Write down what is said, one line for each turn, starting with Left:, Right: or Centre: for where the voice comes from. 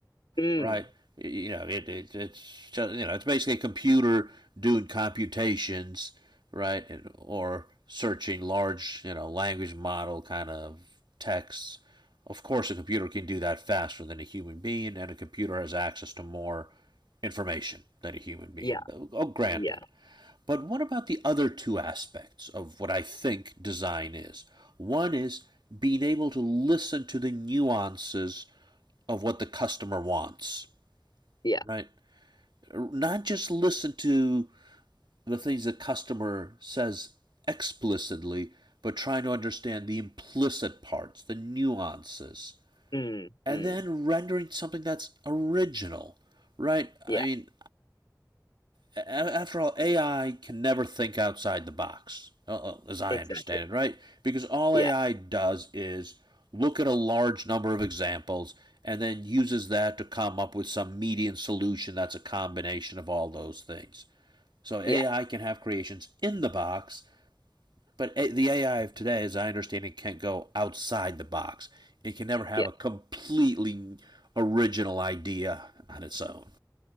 Left: mm,
Right: right? You know, it, it it's just, you know it's basically a computer doing computations, right? And- Or searching large you know language model kind of texts. Of course, a computer can do that faster than a human being, and a computer has access to more information than a human being.
Left: yeah,
Right: Oh, granted.
Left: yeah,
Right: But what about the other two aspects of what I think design is? One is being able to listen to the nuances of what the customer wants,
Left: yeah,
Right: right? Not just listen to the things the customer says explicitly, but trying to understand the implicit parts, the nuances,
Left: mm,
Right: and
Left: mm,
Right: then rendering something that's original, right? I
Left: yeah,
Right: mean, after all, AI can never think outside the box, uh, uh, as I
Left: exactly.
Right: understand it, right? Because all
Left: Yeah,
Right: AI does is look at a large number of examples and then uses that to come up with some median solution that's a combination of all those things. So AI
Left: yeah,
Right: can have creations in the box, but the AI of today, as I understand it, can't go outside the box. It can never have
Left: yeah,
Right: a completely original idea on its own.